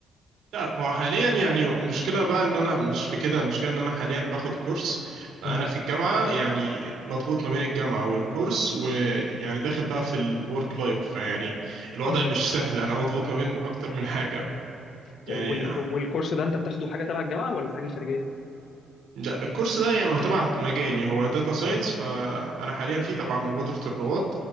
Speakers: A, on the right (about 85°); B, on the left (about 65°).
A: لا هو حاليا يعني المشكلة بقى ان انا مش في كده المشكلة ان انا حاليا باخد كورس فانا
B: مم.
A: في الجامعة يعني مضغوط ما بين الجامعة والكورس ويعني داخل بقى في الورك لايف فيعني الوضع
B: مم.
A: مش سهل انا مضغوط ما بين اكتر من حاجة يعني
B: طيب وال...
A: ح-
B: والكورس ده انت بتاخده حاجه تبع الجامعه ولا حاجه خارجيه
A: ده الكورس ده يعني هو تبع مجالي هو داتا ساينس فانا حاليا فيه تبع مبادرة الرواد